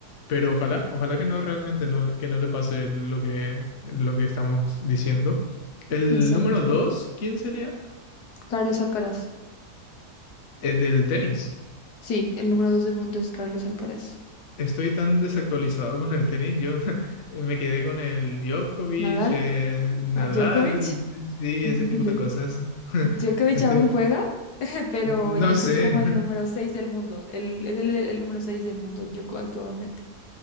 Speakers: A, on the left (about 55°); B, on the left (about 75°).
A: Pero ojalá, ojalá que no realmente no, le- que no le pase lo que, lo que estamos diciendo. El
B: exacto.
A: número dos, ¿quién sería?
B: Carlos Alcaraz.
A: El del tenis.
B: Sí, el número dos del mundo es Carlos Alcaraz.
A: Estoy tan desactualizado con el tenis. Yo <laughs> me quedé con el Djokovic,
B: Nadal,
A: eh, Nadal,
B: a Djokovic.
A: sí,
B: <laughs>
A: ese tipo de cosas. <laughs>
B: Djokovic
A: Estoy,
B: aún juega, <laughs> pero
A: no
B: es
A: sé.
B: el como
A: <laughs>
B: el número 6 del mundo. El, es el, el número 6 del mundo, yo actualmente.